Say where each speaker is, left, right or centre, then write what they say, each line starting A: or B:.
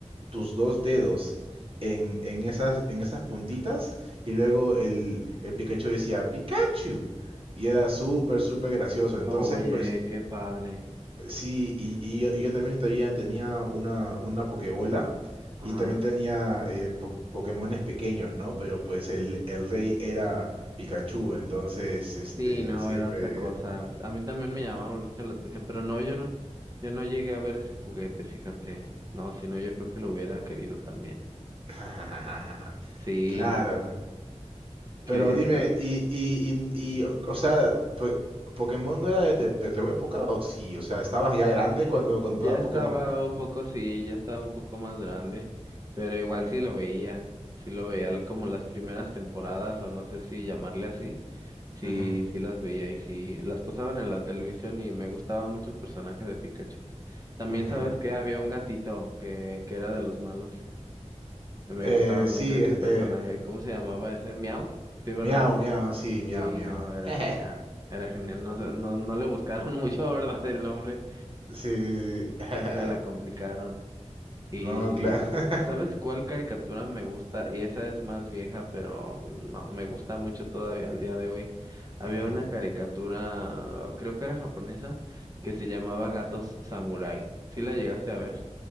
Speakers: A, on the right; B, on the right.
A: tus dos dedos en, en, esas, en esas puntitas y luego el, el Pikachu decía Pikachu. Y era súper, súper gracioso. Entonces,
B: Oye,
A: pues
B: qué padre.
A: sí, y, y yo, y yo también tenía, tenía una, una Pokébola
B: ajá
A: y también tenía eh, po- Pokémones pequeños, ¿no? Pero pues el, el rey era Pikachu, entonces, este,
B: Sí, no,
A: siempre,
B: era otra cosa.
A: ¿no?
B: A mí también me llamaba mucho la atención, pero no, yo no, yo no llegué a ver ese juguete, fíjate. No, si no, yo creo que lo hubiera querido también.
A: <laughs>
B: Sí,
A: Claro,
B: que
A: Pero
B: está,
A: dime, y, y, y, y, o sea, po- ¿Pokémon no era de, de- de tu época o sí? O sea, ¿estabas ya grande cuando,
B: ya
A: cuando daba
B: estaba
A: Pokémon?
B: un poco, sí, ya estaba un poco más grande, pero igual sí lo veía, sí lo veía l- como las primeras temporadas, o no sé si llamarle así, sí,
A: Ujú,
B: sí las veía y sí, las pasaban en la televisión y me gustaba mucho el personaje de Pikachu. También
A: ujú.
B: sabes que había un gatito que, que era de los malos. Me
A: Eh,
B: gustaba mucho
A: sí,
B: ese
A: es-
B: personaje.
A: eh,
B: ¿Cómo se llamaba ese? ¿Miau? Sí, ¿verdad?
A: miau, miau, sí, miau,
B: Sí,
A: miau.
B: no, era
A: <laughs>
B: genial. Era genial. No, se- no, no le buscaron <laughs> mucho, ¿verdad? El nombre.
A: Sí, sí, sí. <laughs>
B: No se la complicaron. Y
A: No, claro.
B: s-
A: <laughs>
B: ¿sabes cuál caricatura me gusta? Y esa es más vieja, pero no, me gusta mucho todavía al día de hoy. Había
A: Ujú.
B: una caricatura, creo que era japonesa, que se llamaba Gatos Samurai. ¿Sí la llegaste a ver?